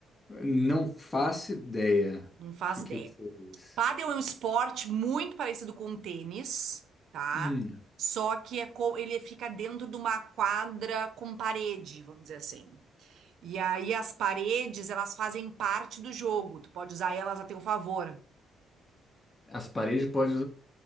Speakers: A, on the left; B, on the right.
A: Não faço ideia.
B: Não
A: O
B: faz
A: que
B: ideia.
A: que você diz?
B: Pádel é um esporte muito parecido com o tênis, tá?
A: Hum,
B: Só que é co- ele fica dentro de uma quadra com parede, vamos dizer assim. E aí as paredes, elas fazem parte do jogo. Tu pode usar elas a teu favor.
A: as paredes podem.